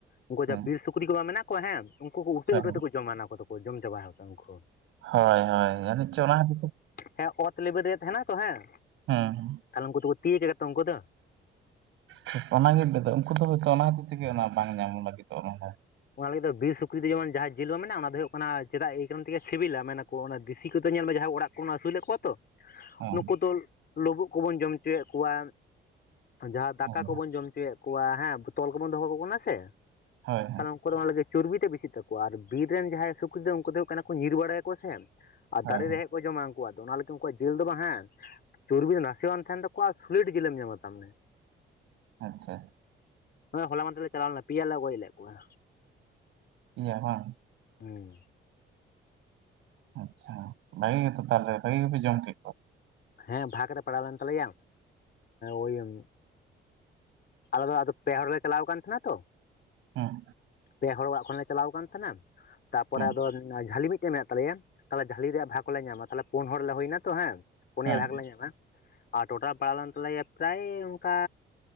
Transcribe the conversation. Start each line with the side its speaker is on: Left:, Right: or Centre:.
Left: ᱩᱱᱠᱩ
Right: ᱦᱮᱸ,
Left: ᱡᱟᱦᱟᱸ ᱵᱤᱨ ᱥᱩᱠᱨᱤ ᱠᱚᱢᱟ ᱢᱮᱱᱟᱜ ᱠᱚᱣᱟ ᱦᱮᱸ ᱩᱱᱠᱩ ᱠᱚ ᱩᱴᱟᱹ
Right: ᱦᱳᱭ᱾
Left: ᱩᱴᱟᱹ ᱛᱮᱠᱚ ᱡᱚᱢᱟ ᱚᱱᱟ ᱠᱚᱫᱚ ᱡᱚᱢ ᱪᱟᱵᱟᱭ <unintelligible>
Right: ᱦᱚᱭ ᱦᱚᱭ ᱡᱟᱹᱱᱤᱡ ᱪᱚ ᱚᱱᱟ <unintelligible>
Left: ᱦᱮᱸ ᱚᱛ ᱞᱮᱵᱮᱞ ᱨᱮᱜᱮ ᱛᱟᱦᱮᱸᱱᱟ ᱛᱚ ᱦᱮᱸ
Right: ᱦᱩᱸ ᱦᱩᱸ
Left: ᱛᱟᱦᱚᱞᱮ ᱩᱱᱠᱩ ᱫᱚᱠᱚ ᱛᱤᱭ <unintelligible> ᱩᱱᱠᱩ ᱫᱚ᱾
Right: ᱴᱷᱤᱠ ᱚᱱᱟᱜᱤᱧ ᱞᱟᱹᱭᱫᱟ ᱩᱱᱠᱩ ᱫᱚ ᱦᱭᱛᱚ ᱚᱱᱟ ᱠᱷᱟᱹᱤᱨ ᱛᱮᱜᱮ ᱚᱱᱟ ᱵᱟᱝ ᱧᱟᱢ ᱞᱟᱹᱜᱤᱫᱚᱜ ᱚᱱᱟ ᱫᱚ
Left: ᱚᱱᱟ ᱞᱟᱹᱜᱤᱫ ᱫᱚ ᱵᱤᱨ ᱥᱩᱠᱨᱤ ᱫᱚ ᱡᱮᱢᱚᱱ ᱡᱟᱦᱟᱸ ᱡᱤᱞ ᱢᱮᱱᱟᱜᱼᱟ ᱚᱱᱟ ᱫᱚ ᱦᱩᱭᱩᱜ ᱠᱟᱱᱟ ᱪᱮᱫᱟᱜ ᱮ ᱠᱟᱨᱚᱱ ᱛᱮᱜᱮ ᱥᱤᱵᱤᱞᱟ ᱢᱮᱱᱟ ᱠᱚ ᱚᱱᱟ ᱫᱮᱥᱤ ᱠᱚᱫᱚ ᱧᱮᱞ ᱢᱮ ᱡᱟᱦᱟᱸ ᱠᱚ ᱚᱲᱟᱜ ᱵᱚᱱ ᱟᱹᱥᱩᱞᱮᱫ ᱠᱚᱣᱟ ᱛᱚ
Right: ᱦᱮᱸ
Left: ᱱᱩᱠᱩ ᱫᱚ ᱞᱩᱵᱩᱜ ᱠᱚᱵᱚᱱ ᱡᱚᱢ ᱦᱚᱪᱚᱭ ᱮᱫ ᱠᱚᱣᱟ᱾ ᱡᱟᱦᱟᱸ ᱫᱟᱠᱟ
Right: ᱦᱳᱭ
Left: ᱠᱚᱵᱚᱱ ᱡᱚᱢ ᱦᱚᱪᱚᱭᱮᱫ ᱠᱚᱣᱟ ᱦᱮᱸ ᱛᱚᱞ ᱠᱚᱵᱚᱱ ᱫᱚᱦᱚ ᱠᱚ ᱠᱟᱱᱟ ᱥᱮ᱾
Right: ᱦᱳᱭ
Left: ᱛᱟᱦᱚᱞᱮ ᱩᱱᱠᱩ ᱫᱚ ᱚᱱᱟ ᱞᱟᱹᱜᱤᱫ ᱪᱚᱨᱵᱤ ᱛᱮ ᱵᱤᱥᱤᱜ ᱛᱟᱠᱚᱣᱟ ᱟᱨ ᱵᱤᱨ ᱨᱮᱱ ᱡᱟᱦᱟᱸᱭ ᱥᱩᱠᱨᱤ ᱫᱚ ᱩᱱᱠᱩ ᱫᱚ ᱦᱩᱭᱩᱜ ᱠᱟᱱᱟ ᱠᱚ ᱧᱤᱨ ᱵᱟᱲᱟᱣᱟ ᱥᱮ᱾ ᱟᱨ
Right: ᱦᱳᱭ
Left: ᱫᱟᱨᱮ ᱨᱮᱦᱮᱫ ᱠᱚ ᱡᱚᱢᱟ ᱩᱱᱠᱩᱣᱟᱜ ᱚᱱᱟ ᱞᱟᱹᱜᱤᱫ ᱩᱱᱠᱩᱣᱟᱜ ᱡᱤᱞ ᱫᱚ ᱵᱟᱝ ᱦᱟᱸ ᱪᱚᱨᱵᱤ ᱱᱟᱥᱮ ᱵᱟᱝ ᱛᱟᱦᱮᱱ ᱛᱟᱠᱚᱣᱟ ᱥᱩᱞᱮᱴ ᱡᱤᱞ ᱮᱢ ᱧᱟᱢᱟ ᱛᱟᱨ ᱢᱟᱱᱮ᱾
Right: ᱟᱪᱪᱷᱟ᱾
Left: ᱦᱚᱸ ᱦᱚᱞᱟ ᱢᱟᱸᱦᱫᱮᱨ ᱞᱮ ᱪᱟᱞᱟᱣ ᱞᱮᱱᱟ ᱯᱮᱭᱟᱞᱮ ᱜᱚᱡ ᱞᱮᱫ ᱠᱚᱣᱟ᱾
Right: ᱤᱭᱟᱜ ᱵᱟᱝ
Left: ᱦᱩᱸ
Right: ᱟᱪᱪᱷᱟ ᱵᱷᱟᱜᱤ ᱜᱮᱛᱚ ᱛᱟᱦᱚᱞᱮ ᱵᱷᱟᱜᱤ ᱜᱮᱯᱮ ᱡᱚᱢ ᱠᱮᱫ ᱠᱚᱣᱟ᱾
Left: ᱦᱮᱸ ᱵᱷᱟᱜᱽ ᱨᱮ ᱯᱟᱲᱟᱣ ᱞᱮᱱ ᱛᱟᱞᱮᱭᱟ ᱳᱭ ᱮ ᱮᱸ ᱟᱞᱮ ᱫᱚ ᱟᱫᱚ ᱯᱮ ᱦᱚᱲᱞᱮ ᱪᱟᱞᱟᱣ ᱟᱠᱟᱱ ᱛᱟᱦᱮᱸᱱᱟ ᱛᱚ᱾
Right: ᱦᱮᱸ
Left: ᱯᱮ ᱦᱚᱲ ᱚᱲᱟᱜ ᱠᱷᱚᱱᱞᱮ ᱪᱟᱞᱟᱣ ᱠᱟᱱ ᱛᱟᱦᱮᱱᱟ᱾ ᱛᱟᱯᱚᱨᱮ
Right: ᱦᱮᱸ
Left: ᱟᱫᱚ ᱡᱷᱟᱹᱞᱤ ᱢᱤᱫᱴᱮᱡ ᱢᱮᱱᱟᱜ ᱛᱟᱞᱮᱭᱟ ᱛᱟᱦᱚᱞᱮ ᱡᱷᱟᱹᱞᱤ ᱨᱮᱭᱟᱜ ᱵᱷᱟᱜᱽ ᱦᱚᱞᱮ ᱧᱟᱢᱟ ᱛᱟᱦᱚᱞᱮ ᱯᱩᱱ ᱦᱚᱲ ᱞᱮ ᱦᱩᱭᱮᱱᱟ ᱛᱚ ᱦᱮᱸ ᱯᱩᱱᱭᱟᱹ
Right: ᱦᱮᱸ
Left: ᱵᱷᱟᱜ ᱞᱮ ᱧᱟᱢᱟ ᱟᱨ ᱴᱚᱴᱟᱞ ᱯᱟᱲᱟᱣ ᱞᱮᱱ ᱛᱟᱞᱮᱭᱟ ᱯᱨᱟᱭ ᱚᱱᱠᱟ